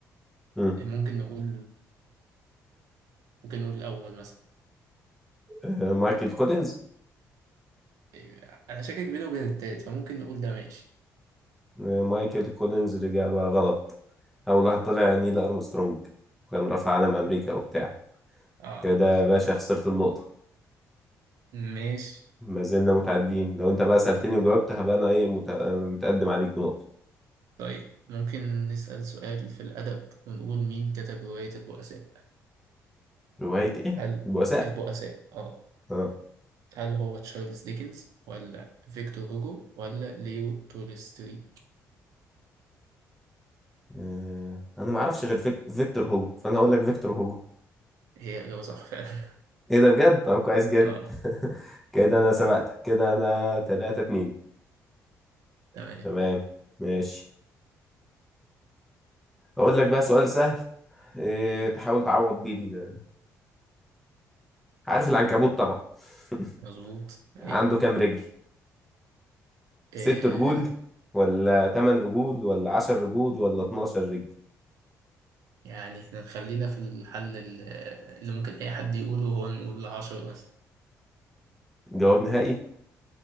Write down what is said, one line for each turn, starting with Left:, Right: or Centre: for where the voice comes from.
Centre: مم.
Right: ممكن نقول ممكن نقول الأول مثلا
Centre: آه مايكل كولينز
Right: إيه، أنا شاكك بينه وبين التالت فممكن نقول ده ماشي
Centre: آه مايكل كولينز الاجابه غلط اول واحد طلع نيل ارمسترونج وكان رفع علم امريكا وبتاع
Right: اه
Centre: كده يا باشا خسرت النقطة
Right: ماشي
Centre: ما زلنا متعادلين لو انت بقى سألتني وجاوبت هبقى انا ايه مت... متقدم عليك بنقطة
Right: طيب ممكن نسأل سؤال في الأدب ونقول مين كتب رواية البؤساء
Centre: رواية ايه
Right: هل
Centre: البؤساء
Right: البؤساء اه
Centre: اه
Right: هل هو تشارلز ديكنز ولا فيكتور هوجو ولا ليو تولستوي
Centre: آه، انا ما اعرفش غير فيك... فيكتور هوجو فانا هقول لك فيكتور هوجو
Right: هي إجابة صح فعلا
Centre: ايه ده بجد طب كويس
Right: <laughs>
Centre: جدا
Right: اه
Centre: <laughs> كده انا سبقتك كده انا 3 2
Right: تمام
Centre: تمام ماشي اقول لك بقى سؤال سهل إيه تحاول تعوض بيه ال- عارف العنكبوت طبعا <laughs>
Right: مظبوط أيوه
Centre: عنده كام رجل
Right: آه
Centre: ست رجول ولا تمن رجول ولا عشر رجول ولا 12 رجل
Right: يعني احنا خلينا في الحل ال- آه، اللي ممكن أي حد يقوله هو نقول عشرة مثلا
Centre: جواب نهائي